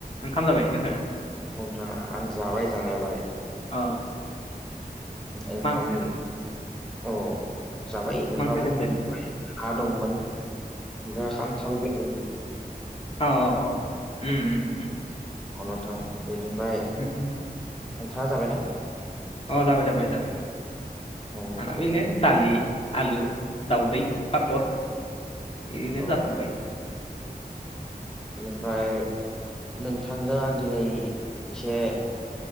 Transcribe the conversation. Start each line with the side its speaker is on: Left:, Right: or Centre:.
Left: ओंखाम जाबाय नोंथाङा?
Centre: हथाङ आं जाबाय जानायालाय
Left: अ
Centre: ओंखाम
Left: मा ओंख्रि
Centre: औ जाबाय ओंखाम
Left: मा ओंख्रि जाखो
Centre: बेनिफ्राय हा
Left: अ
Centre: दंमोन ओमफ्राय खान्थाल <unintelligible>
Left: अ अ अ उम उम
Centre: अ नोंथां बेनिफ्राय
Left: उम उम
Centre: नोंथाङा जाबाय ना?
Left: अ जाबाय जाबाय जाबाय
Centre: औ नोंथां
Left: आं बेनो दालि। आलु दाउदै पपार इदिनो
Centre: अ
Left: जासाबबाय
Centre: ओमफ्राय नोंथांजों आं दिनै एसे